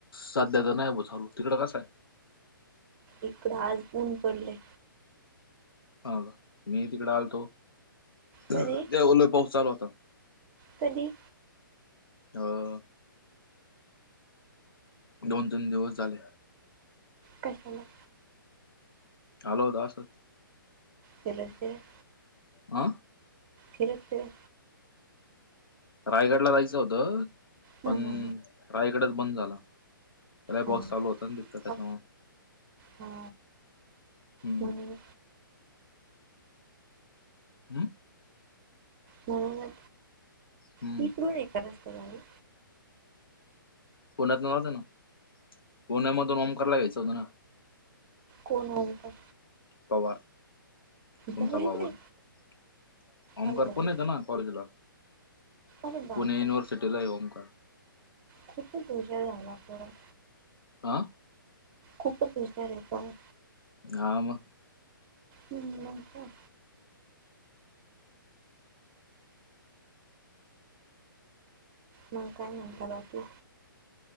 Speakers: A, on the left (about 85°); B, on the right (about 35°).
A: सध्या तर नाही बाबा चालू. तिकडं कसा आहे?
B: इकडं आज ऊन पडलंय
A: हो का? मी ही तिकडे आलतो त्यावेळेला
B: कधी
A: पाऊस चालू होता.
B: कधी?
A: हो. दोन तीन दिवस झाले.
B: काय चाललंय?
A: आलो होतो असंच
B: केमिस्ट्रीला आहे.
A: हा?
B: केले होते
A: रायगडला जायचं होतं,
B: हा
A: पण
B: हा
A: रायगडच बंद झालं. त्याला
B: हा
A: बॉस चालू होता ना तिकत त्याच्यामुळं
B: हा हा
A: हम्म.
B: म्हणून
A: हम्म?
B: म्हणून मग,
A: हम्म
B: तिच गोळी आहे का रस्तेदारी
A: पुण्यात न जातं ना पुण्या मधून ओमकारला यायचं होत ना.
B: कोण हो का
A: तवा <unintelligible>
B: भाऊ
A: ओमकार
B: इकडे अरे भाऊ
A: पण यायचा ना कॉलेजला?
B: अरे बापरे
A: पुणे युनिव्हर्सिटीला ये ओंकार.
B: खूपच हुशार झालात परत.
A: हा?
B: खूपच हुशार आहेस सांग.
A: हा मग
B: हम्म मग काय. मग काय म्हणता बाकी?